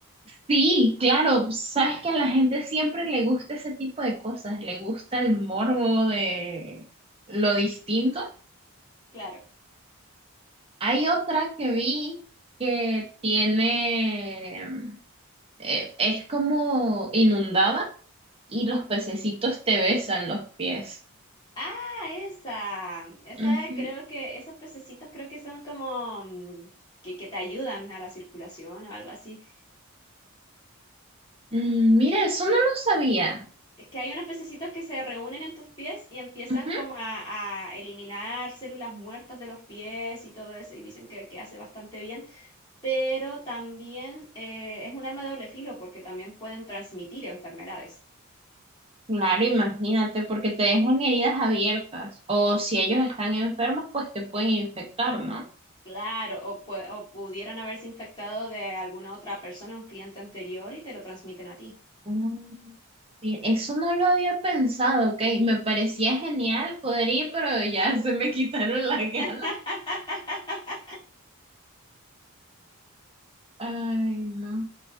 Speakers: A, on the right; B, on the left.
A: Sí, claro, sabes que a la gente siempre le gusta ese tipo de cosas, le gusta el morbo de lo distinto.
B: Claro.
A: Hay otra que vi que tiene, eh, es como inundada y los pececitos te besan los pies.
B: Ah, esa, esa
A: Ujú.
B: creo que, esos pececitos creo que son como mm, que, que te ayudan a la circulación o algo así.
A: Mm, mira, eso no lo sabía.
B: Es que hay unos pececitos que se reúnen en tus pies y empiezan
A: Ujú.
B: como a, a eliminar células muertas de los pies y todo eso, y dicen que, que hace bastante bien. pero también eh, es un arma de doble filo porque también pueden transmitir enfermedades.
A: Claro, imagínate, porque te dejan heridas abiertas o si ellos están enfermos, pues te pueden infectar, ¿no?
B: Claro, o, pue- o pudieran haberse infectado de alguna otra persona, un cliente anterior, y te lo transmiten a ti.
A: Mm, mira, Eso no lo había pensado, ok. Me parecía genial poder ir, pero ya <laughs> se me quitaron las ganas.
B: <laughs>
A: Ay, no.